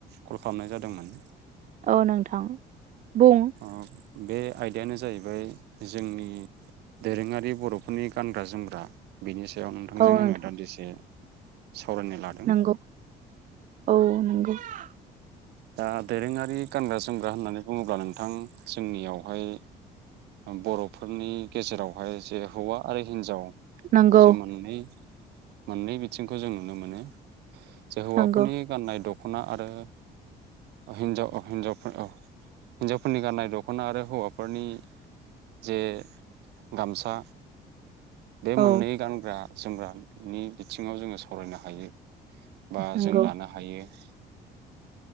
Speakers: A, on the right (about 80°); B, on the right (about 50°).
A: कल खालामनाय जादोंमोन
B: औ नोंथां बुं
A: ओ बे आयदायानो जाहैबाय जोंनि दोरोङारि बर'फोरनि गानग्रा जोमग्रा बिनि सायाव थांजों
B: औ नोंथां
A: आङो दान्दिसे सावरायनो लादों
B: नंगौ औ नंगौ <unintelligible>
A: दा दोरोङारि गानग्रा जोमग्रा होननानै बुङोब्ला नोंथां जोंनियावहाय बर'फोरनि गेजेराव बेवहाय जे हौवा आरो हिनजाव
B: नंगौ
A: जे मोननै मोननै बिथिंखौ जों नुनो मोनो। जो हौवाफोरनि
B: नंगौ
A: गान्नाय दख खना आरो हिनजाव हिन्जाव हिन्जावफोरनि गाननाय दख'ना आरो हौवाफोरनि जे गामसा बे मोननै
B: औ
A: गानग्रा जोमग्रानि बिथिङाव जोङो सावरायनो हायो । बा
B: नंगौ
A: जों लानो हायो ।